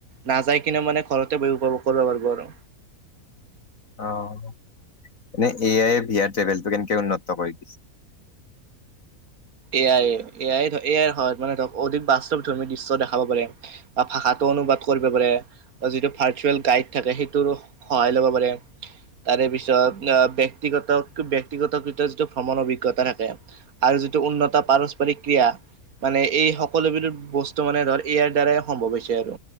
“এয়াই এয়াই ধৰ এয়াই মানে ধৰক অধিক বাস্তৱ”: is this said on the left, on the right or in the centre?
Right